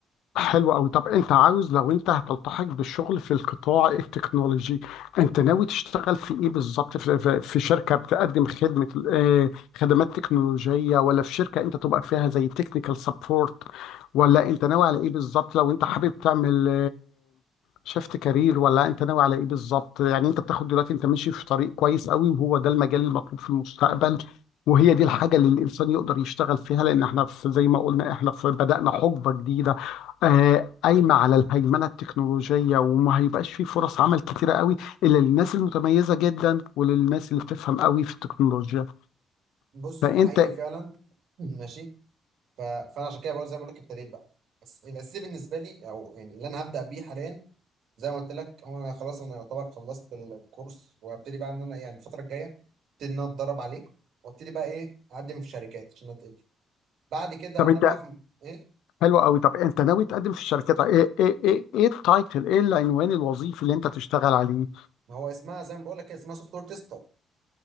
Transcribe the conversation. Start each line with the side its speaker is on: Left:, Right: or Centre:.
Left: حلو قوي طب انت عاوز لو انت هتلتحق بالشغل في القطاع التكنولوجي انت ناوي تشتغل في ايه بالظبط في, في في شركة بتقدم خدمة آه، خدمات تكنولوجية ولا في شركة انت تبقى فيها زي تكنيكال سبورت ولا انت ناوي على ايه بالظبط لو انت حابب تعمل شيفت كارير ولا انت ناوي على ايه بالظبط يعني انت بتاخد دلوقتي انت ماشي في طريق كويس قوي وهو ده المجال المطلوب في المستقبل وهي دي الحاجة اللي الإنسان يقدر يشتغل فيها لأن احنا في زي ما قلنا احنا في بدأنا حقبة جديدة آه، قايمة على الهيمنة التكنولوجية وما هيبقاش فيه فرص عمل كتيرة قوي إلا للناس المتميزة جدا وللناس اللي بتفهم قوي في التكنولوجيا
Right: بص
Left: فأنت
Right: ده حقيقي فعلا <clears throat> ماشي ف... فانا عشان كده بقول زي ما بقول لك التدريب بقى بس الاساسي بالنسبه لي او يعني اللي انا هبدا بيه حاليا زي ما قلت لك هو انا خلاص انا يعتبر خلصت الكورس وابتدي بقى ان انا يعني الفتره الجايه ابتدي ان انا اتدرب عليه وابتدي بقى ايه اقدم في شركات عشان اتقبل بعد كده
Left: طب
Right: وانا
Left: أنت
Right: بقى في ايه
Left: حلو قوي طب أنت ناوي تقدم في الشركات طيب، إيه إيه إيه إيه التايتل إيه العنوان الوظيفي اللي أنت تشتغل عليه
Right: ما هو اسمها زي ما بقول لك كده اسمها سوفت وير تيستر